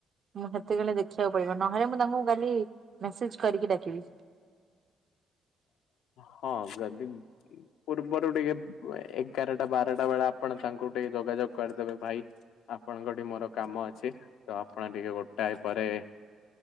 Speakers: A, on the right (about 50°); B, on the left (about 80°).
A: ମୁଁ ସେତେକଳେ ଦେଖିବାକୁ ପଡିବ ନହେଲେ ମୁଁ ତାଙ୍କୁ କାଲି ମେସେଜ କରିକି ଡାକିବି।
B: ହଁ ଯଦି ପୂର୍ବରୁ ଟିକେ ଏଗାରଟା ବାରଟା ବେଳେ ଆପଣ ତାଙ୍କୁ ଟିକେ ଯୋଗାଯୋଗ କରିଦେବେ ଭାଇ ଆପଣଙ୍କଠିକି ମୋର କାମ ଅଛି ତ ଆପଣ ଟିକେ ଗୋଟାଏ ପରେ